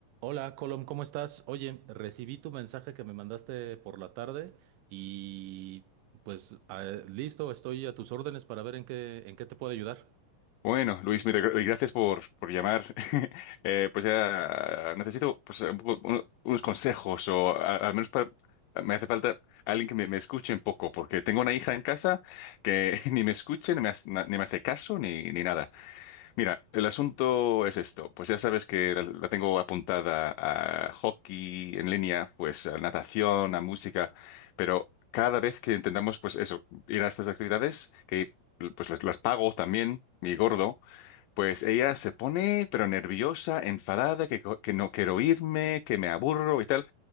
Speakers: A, on the right (about 80°); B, on the left (about 80°).
A: Hola, Colom, ¿cómo estás? Oye, recibí tu mensaje que me mandaste por la tarde y pues ah, listo, estoy a tus órdenes para ver en qué, en qué te puedo ayudar.
B: Bueno, Luis, mira, gra- gracias por, por llamar. <laughs> Eh, pues ya necesito pues, un poco- un- unos consejos o a- al menos para- me hace falta alguien que me, me escuche un poco, porque tengo una hija en casa que <laughs> ni me escuche, ni me, hace ni me hace caso, ni, ni nada. Mira, el asunto es esto. Pues ya sabes que la, la tengo apuntada a hockey en línea, pues a natación, a música, pero cada vez que intentamos pues eso, ir a estas actividades, que pues las las pago también, mi gordo. Pues ella se pone, pero nerviosa, enfadada, que, co- que no quiero irme, que me aburro y tal.